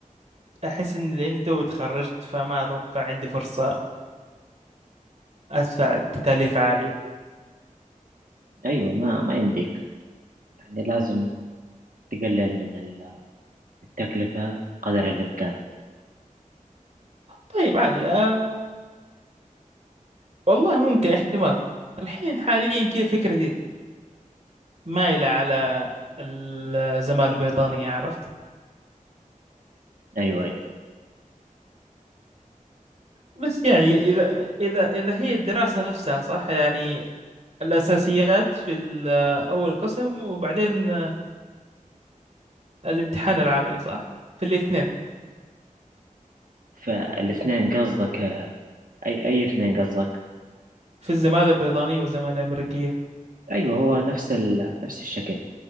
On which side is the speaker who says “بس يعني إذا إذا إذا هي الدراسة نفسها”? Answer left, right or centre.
Right